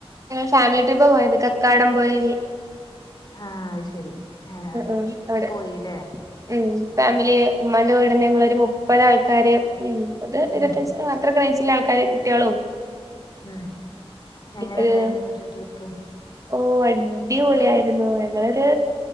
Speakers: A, on the right (about 30°); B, on the left (about 40°).
A: ഫാമിലി ട്രിപ്പപോയത് കക്കാടംപൊയിൽ
B: ആ അയ് ശെരി ആ
A: ആഹ് അവിടെ
B: പോയില്ലേ
A: ഉം ഫാമിലി ഉമ്മാന്റെ കൂ വീടിന്നു ഒരു മുപ്പത് ആൾക്കാര് മുപ്പത്
B: ഉം ഉം
A: ഇരുപത്തഞ്ചു അത്രയൊക്കെ റേഞ്ച് വീട്ടിലെ ആൾക്കാരും കുട്ടിആളും
B: മ് എങ്ങനെ
A: ഒരു
B: ഇണ്ടായിരുന്നു എന്നിട്ട് ട്രിപ്പ്‌
A: ഓ അടിപൊളി ആയിരുന്നു ഞങ്ങളൊരു